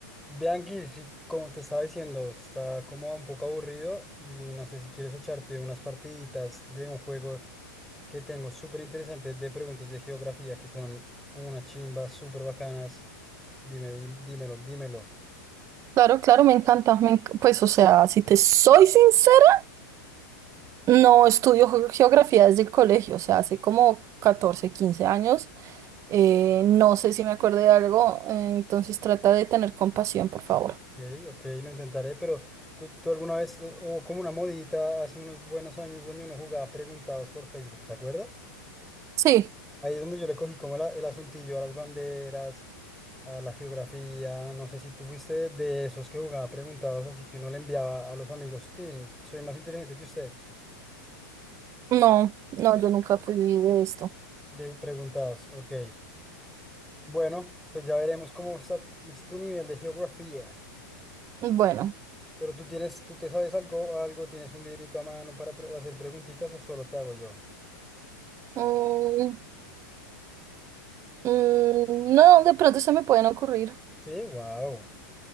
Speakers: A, in the centre; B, on the right.
A: Bianchi, sí, como te estaba diciendo, está como un poco aburrido y no sé si quieres echarte unas partiditas de un juego que tengo súper interesante de preguntas de geografía que son una chimba, súper bacanas. Dime, di- dímelo, dímelo.
B: Claro, claro, me encanta. me enc- pues, o sea, si te soy sincera, no estudio ge- geografía desde el colegio, o sea, hace como 14, 15 años. Eh,
A: Sí,
B: no sé si me acuerdo de algo, eh, entonces trata de tener compasión, por favor.
A: Ok, ok, lo intentaré, pero ¿tú, tú alguna vez eh, hubo como una modita hace unos buenos años donde uno jugaba preguntados por Facebook, ¿te acuerdas?
B: Sí,
A: Ahí es donde yo le cogí como la- el asuntillo a las banderas, a la geografía. No sé si tú fuiste de esos que jugaba preguntados, así que uno le enviaba a los amigos, Tin, soy más inteligente que usted.
B: no, no, yo nunca fui de esto.
A: De preguntados, ok. Bueno, pues ya veremos cómo está es tu nivel de geografía.
B: Bueno,
A: Pero tú tienes, tú te sabes algo, algo, tienes un librito a mano para pre- hacer preguntitas o solo te hago yo.
B: mm, mm, no, de pronto se me pueden ocurrir.
A: Sí, wow.